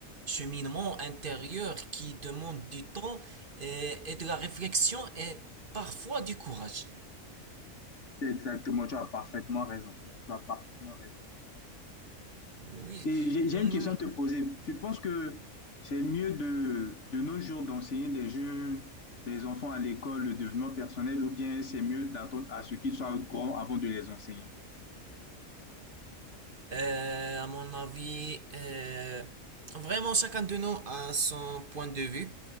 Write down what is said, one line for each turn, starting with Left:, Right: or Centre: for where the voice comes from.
Right: cheminement intérieur qui demande du temps et, et de la réflexion et parfois du courage.
Left: Exactement, tu as parfaitement raison. Tu as parfaitement raison.
Right: Oui.
Left: Et j'ai j'ai
Right: Hmm,
Left: une question à te poser. Tu penses que c'est mieux de, de nos jours d'enseigner des jeunes, des enfants à l'école, le développement personnel, ou bien c'est mieux d'attendre à ce qu'ils soient grands avant de les enseigner?
Right: Euh, à mon avis, euh, vraiment chacun de nous a son point de vue,